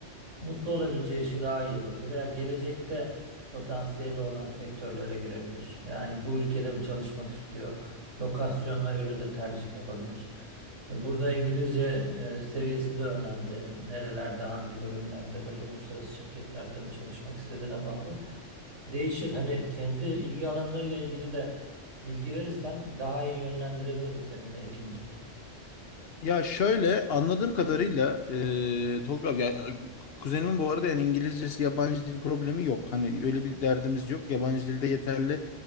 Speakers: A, on the right; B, on the left.
A: Mutlu olabileceği işi daha iyi yapabilir veya gelecekte potansiyeli olan sektörlere girebilir. Yani bu ülkede mi çalışmak istiyor? Lokasyonuna göre de tercih yapabilir. E, Burada İngilizce e, seviyesi de önemli. Nerelerde, hangi bölümlerde, böyle uluslararası şirketlerde mi çalışmak istediğine bağlı. Değişir. Hani kendi ilgi alanlarıyla ilgili de bilgi verirsen daha iyi yönlendirebilirim seni Mekin'cim.
B: Ya şöyle anladığım kadarıyla e, Tolga abi, ya, kuzenimin bu arada yani İngilizcesi yabancı dil problemi yok. Hani öyle bir derdimiz yok. Yabancı dilde yeterli